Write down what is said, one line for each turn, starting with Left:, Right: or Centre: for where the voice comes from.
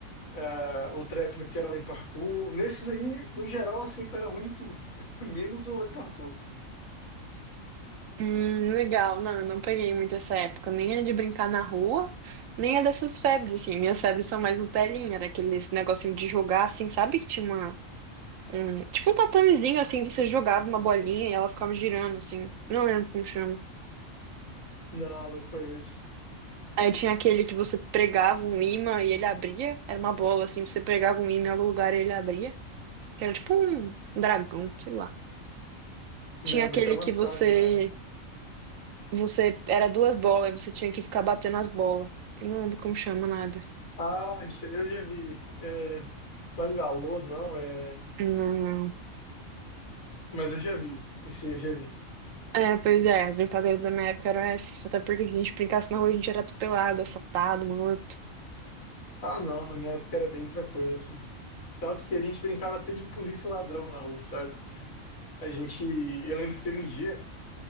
Left: ah, outra época que era lei parkour. Nesses aí, no geral, eu sempre era ruim em tudo, <laughs> menos o lei parkour.
Right: Hum, legal. Não, eu não peguei muito essa época. Nem é de brincar na rua, nem é dessas febres, assim. Minhas febres são mais no telinha, era aqueles negocinho de jogar, assim, sabe? Que tinha uma, um, tipo um tatamezinho, assim, que você jogava uma bolinha e ela ficava girando, assim. Não lembro como chama.
Left: Não, não conheço.
Right: Aí tinha aquele que você pregava um imã e ele abria. Era uma bola, assim, você pregava um imã em algum lugar e ele abria. Que era tipo um dragão, sei lá.
Left: Não,
Right: Tinha aquele
Left: muito avançado,
Right: que você,
Left: velho.
Right: você, era duas bolas e você tinha que ficar batendo as bolas. Eu não lembro como chama nada.
Left: Ah, isso aí eu já vi. É, Bangalô, não, é.
Right: Não.
Left: Mas eu já vi. Isso aí eu já vi.
Right: É, pois é, as brincadeiras da minha época eram essas. Até porque se a gente brincasse na rua, a gente era atropelado, assaltado, morto.
Left: Ah, não, na minha época era bem tranquilo, assim. Tanto que a gente brincava até de polícia e ladrão na rua, sabe? A gente, eu lembro que teve um dia